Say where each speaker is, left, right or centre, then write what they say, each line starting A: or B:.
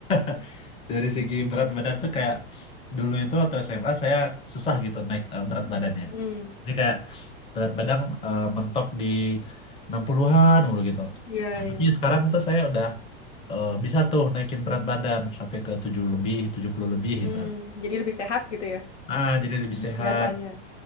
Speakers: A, on the left; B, on the left.
A: <laughs> dari segi berat badan tuh kayak dulu itu waktu SMA saya susah gitu naik eh, berat badannya.
B: Hmm,
A: Jadi kayak berat badan eh, mentok di 60-an mulu gitu.
B: iya
A: Nah,
B: iya.
A: tapi sekarang tuh saya udah eh, bisa tuh naikin berat badan sampai ke 7 lebih, 70 lebih
B: Hmm,
A: gitu kan
B: jadi lebih sehat gitu ya
A: ah jadi lebih sehat
B: rasanya.